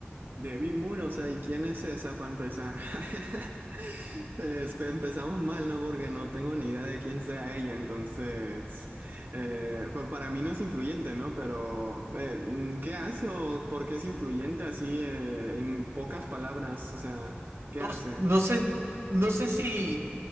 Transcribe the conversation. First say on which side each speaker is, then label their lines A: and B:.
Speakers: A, on the right; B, on the right.
A: De Moon, o sea, ¿y quién es esa para empezar? <laughs> Este, empezamos mal, ¿no? Porque no tengo ni idea de quién sea ella, entonces, eh, pues para mí no es influyente, ¿no? Pero, eh, ¿qué hace o por qué es influyente así, eh, en pocas palabras? O sea, ¿qué
B: No,
A: hace?
B: no sé, no sé si